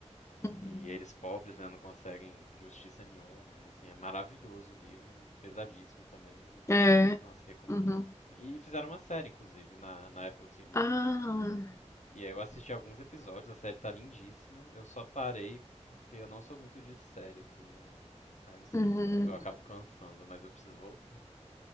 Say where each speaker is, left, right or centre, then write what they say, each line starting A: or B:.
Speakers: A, on the left (about 25°); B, on the left (about 85°).
A: Uhum.
B: E eles pobres, né, não conseguem justiça nenhuma. Assim, é maravilhoso o livro, pesadíssimo também.
A: É.
B: E, nossa, recomendo
A: Uhum.
B: muito. assim. E fizeram uma série, inclusive, na, na Apple TV.
A: Ah.
B: E aí eu assisti alguns episódios, a série tá lindíssima. Eu só parei porque eu não sou muito de série, assim. Eu, ai, não sei,
A: Uhum.
B: eu, eu acabo cansando, mas eu preciso voltar.